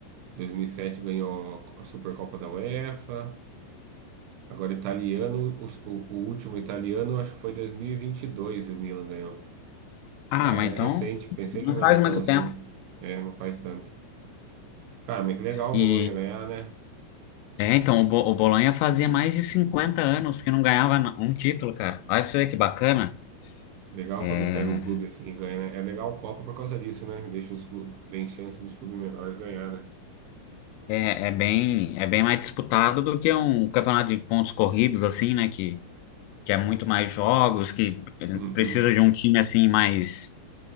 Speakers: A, on the right (about 85°); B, on the left (about 85°).
A: 2007 ganhou a Supercopa da UEFA. Agora, italiano, o, o, o último italiano, acho que foi 2022 e vinte e dois o Milan ganhou.
B: Ah,
A: Ah,
B: mas
A: é
B: então
A: recente, pensei
B: não
A: que não
B: faz
A: era tão
B: muito
A: assim.
B: tempo.
A: É, não faz tanto. Cara, mas que legal
B: E
A: o Bolonha ganhar, né?
B: é, então, o, Bo- o Bolonha fazia mais de 50 anos que não ganhava na- um título, cara. Olha pra você ver que bacana.
A: Legal
B: É,
A: quando pega um clube assim e ganha, né? É legal a Copa por causa disso, né? Deixa os clubes, tem chance dos clubes menores ganhar, né?
B: é, é bem, é bem mais disputado do que um campeonato de pontos corridos, assim, né? Que, que é muito mais jogos, que
A: Uhum,
B: precisa de um time assim mais,